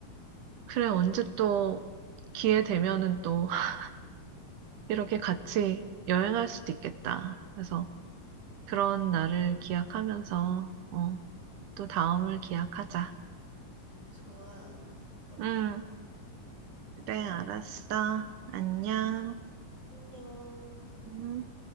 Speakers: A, on the right; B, on the right.
A: 그래, 언제 또 기회 되면은 또 <laughs> 이렇게 같이 여행할 수도 있겠다. 그래서 그런 날을 기약하면서, 어, 또 다음을 기약하자.
B: 좋아. 음,
A: 응, 그래, 알았어. 안녕.
B: 안녕.
A: 음.